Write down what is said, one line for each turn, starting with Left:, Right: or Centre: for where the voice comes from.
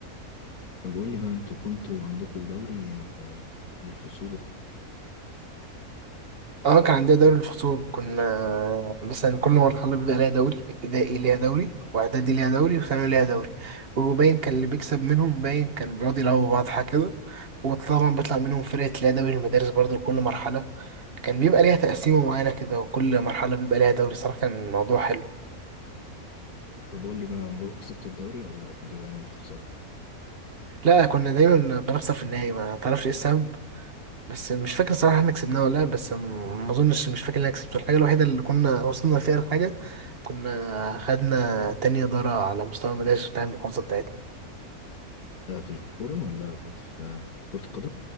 Left: طب قول لي بقى أنتوا كنتوا عندكوا دوري آه، للفصول وكده
Right: اه كان عندنا دوري الفصول كنا مثلا كل مرحلة بيبقى ليها دوري ابتدائي ليها دوري واعدادي ليها دوري وثانوي ليها دوري وباين كان اللي بيكسب منهم باين كان بيقعد يلعبوا بعض حاجة كده وطبعا بيطلع منهم فرقة ليها دوري المدارس برضو لكل مرحلة كان بيبقى ليها تقسيمة معينة كده وكل مرحلة بيبقى ليها دوري صراحة كان الموضوع حلو
Left: طب قول لي بقى عمركم كسبتوا الدوري ولا كنتوا دايما بتخسروا
Right: لا كنا دايما بنخسر في النهاية ما تعرفش ايه السبب بس مش فاكر صراحة احنا كسبناه ولا لا بس م- ما اظنش مش فاكر ان انا كسبته الحاجة الوحيدة اللي كنا وصلنا فيها لحاجة كنا خدنا تاني إدارة على مستوى المدارس بتاع المحافظة بتاعتنا
Left: ده في الكورة ولا في آه، كرة القدم